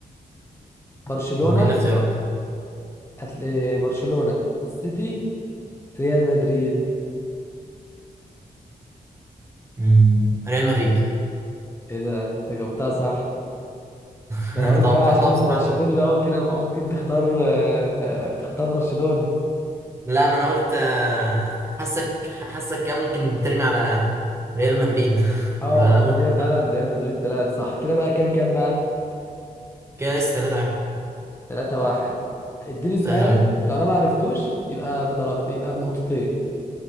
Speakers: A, on the left; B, on the right.
A: برشلونة
B: مم. إيه الاختيارات؟
A: أتل... إيه، برشلونة السيتي ريال مدريد
B: مم. ريال مدريد
A: ايه ده انت جاوبتها صح
B: <laughs>
A: ده انا قلت
B: توقعتها
A: بقى عشان انت
B: بصراحة
A: برشلوني
B: أنت-
A: بقى وكده بقى ممكن تختار آه، تختار برشلونة
B: لا ما أنا قلت آه، حاسك حاسك كده ممكن ترمي على ريال مدريد <laughs>
A: اه
B: فقلت
A: بس هي فعلا ريال مدريد طلعت صح كده بقى كام كام بقى
B: كده لسه تلاتة واحد
A: 3 1 اديني سؤال
B: تلاتة واحد
A: لو انا ما عرفتوش يبقى بدرجتي يبقى بنقطتين